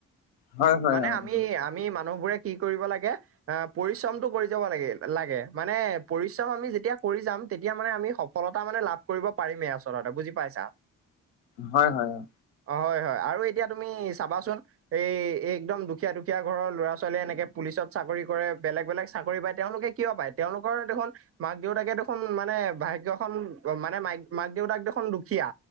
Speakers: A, on the left; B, on the right.
A: হয় হয়
B: মানে
A: অ
B: আমি
A: তাকে
B: আমি ম। মানুহ বোৰে কি কৰিব লাগে অ' পৰিশ্ৰমটো কৰি যাব লাগে লাগে। মানে পৰিশ্ৰম আমি যেতিয়া কৰি যাম তেতিয়া মানে আমি সফলতা মানে লাভ কৰিব পাৰিমেই আচলতে বুজি পাইছা। অঁ।
A: হয় হয় হয়।
B: অঁ হয় হয় আৰু এতিয়া তুমি চাবাচোন। এই একদম দুখীয়া দুখীয়া ঘৰৰ ল'ৰা ছোৱালীয়ে এনেকে পুলিচত চাকৰি কৰে বেলেগ বেলেগ। চাকৰি পায়, তেওঁলোকে কিয় পায় তেওঁলোকৰ দেখোন। মাক দেউতাকে দেখোন মানে ভাগ্যখন মানে মাই মাক দেউতাক দেখোন দুখীয়া।